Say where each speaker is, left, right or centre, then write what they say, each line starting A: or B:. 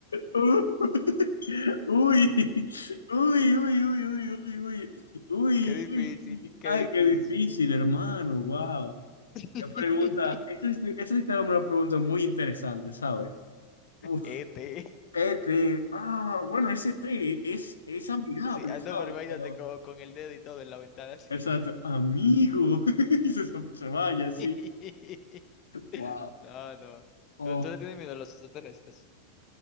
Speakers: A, on the left (about 70°); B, on the left (about 35°).
A: uf. Uy, uy, uy, uy, uy, uy, uy, uy,
B: Qué difícil,
A: uy.
B: qué
A: Ay, qué
B: difícil.
A: difícil, hermano. Wow.
B: <laughs>
A: Qué pregunta. Esta sí esta sí te va a dar una pregunta muy interesante, ¿sabes? Uf,
B: Este,
A: este. Ah, bueno, ese té es, es amigable,
B: así, ah,
A: ¿sabes?
B: no, pero imagínate
A: Pero.
B: con, con el dedo y todo en la ventana, así.
A: Exacto, amigo. <laughs> Se, se vaya, sí.
B: <laughs>
A: Wow.
B: No, no.
A: Oh,
B: ¿Tú, tú le tienes miedo a los extraterrestres?